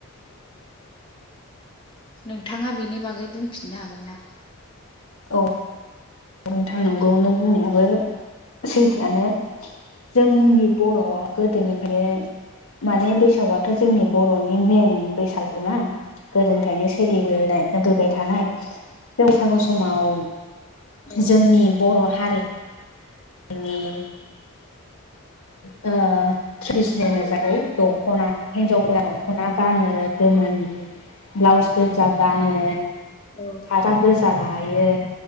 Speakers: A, on the left; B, on the left.
A: नोंथाङा बेनि बागै बुंफिननो हागोन ना
B: औ बेनो थांनांगौ नों बुंनायाबो सैथोआनो जोंनि बर'आ गोदोनिफ्रायनो माने बैसागुआथ' जोंनि बर'नि मेन बैसागु ना गोदोनिफ्रायनो सोलिबोनायबोबाय थानाय
A: औ
B: बैसागु समाव
A: औ
B: जोंनि बर' हारि जोंनि ट्रेडिसनेल होन <unintelligible> दख'ना हिन्जावफोरा दख'ना गानो गोमोनि ब्लाउज गोजा गानो
A: औ।
B: फाथा गोजा लायो